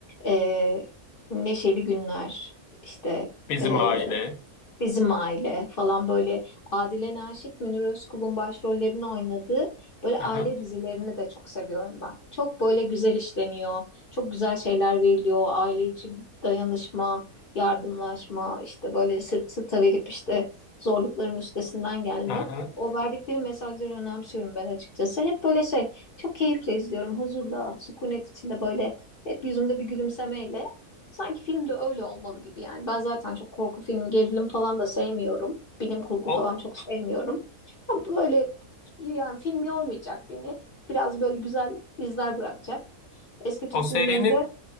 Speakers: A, on the left; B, on the left.
A: e, Neşeli Günler işte
B: Bizim
A: e,
B: aile.
A: Bizim aile falan böyle Adile Naşit, Münir Özkul'un başrollerini oynadığı böyle
B: Hı
A: aile
B: hı.
A: dizilerini de çok seviyorum ben. Çok böyle güzel işleniyor, çok güzel şeyler veriliyor aile içi dayanışma, yardımlaşma, işte böyle sırt sırta verip işte zorlukların üstesinden gelme.
B: Hı hı.
A: O verdikleri mesajları önemsiyorum ben açıkçası. Hep böyle şey çok keyifle izliyorum huzurla, sükunet içinde böyle hep yüzümde bir gülümsemeyle. Sanki filmde öyle olmalı gibi yani. Ben zaten çok korku filmi, gerilim falan da sevmiyorum. Bilim kurgu
B: O,
A: falan çok sevmiyorum. Ama böyle yani film yormayacak beni. Biraz böyle güzel izler bırakacak. Eski Türk
B: o serinin
A: filmlerinde